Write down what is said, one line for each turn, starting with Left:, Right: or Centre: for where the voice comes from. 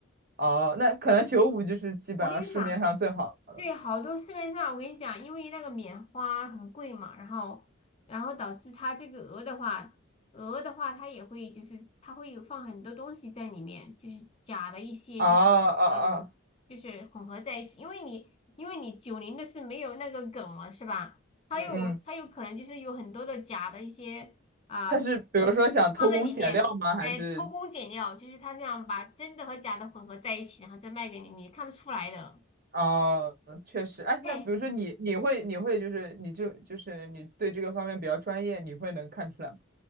Right: 哦，那可能九五就是基本上市面上最好的。
Left: 我跟你讲，对，好多市面上我跟你讲，因为那个棉花很贵嘛，然后然后导致它这个鹅的话，鹅的话它也会就是它会有放很多东西在里面，就是假的一些就是那种就是混合在一起，
Right: 啊啊啊！
Left: 因为你因为你九零的是没有那个梗了是吧？它有它有可能就是有很多的假的一些啊、
Right: 嗯嗯，他是比如说想偷工减料吗？
Left: 放在里面，
Right: 还是
Left: 哎，偷工减料，就是它这样把真的和假的混合在一起，然后再卖给你，你看不出来的。
Right: 哦，确实，哎，
Left: 哎。
Right: 那比如说你，你会，你会，就是你这，就是你对这个方面比较专业，你会能看出来吗？